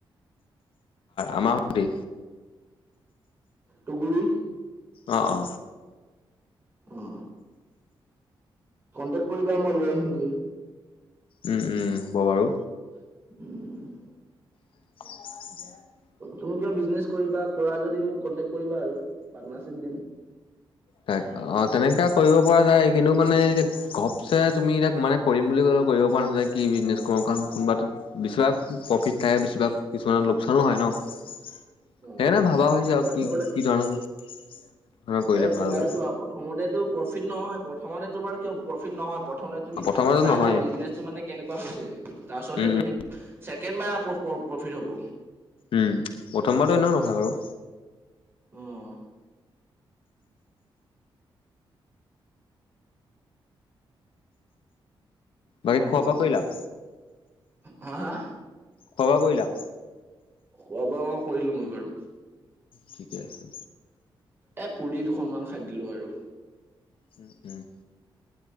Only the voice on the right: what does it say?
টুঙগুৰি
অ কণ্টেক কৰিবা মই লৈ আহিম গৈ।
উম
তুমি কিবা বিজনেছ কৰিবা কৰা যদি মোক কণ্টেক কৰিবা আৰু পাৰ্টনাৰশ্বিপ দিম
অঁ
প্ৰথমতে
আৰে
তোমাৰ
চোৱা প্ৰথমতেতো প্ৰফিট নহয় প্ৰথমতে তোমাৰ কিয় প্ৰফিট নহয় প্ৰথতে তুমি
চাই
লোৱা বিজনেচটো মানে কেনেকুৱা হৈছে তাৰ পিছতহে
তুমি
ছেকেণ্ড বাৰ প্ৰফিট হ'ব
অহ
অঁ
হা হা
খোৱা বোৱা কৰিলো মই বাৰু
এই পুৰি দুখনমান খাই দিলোঁ আৰু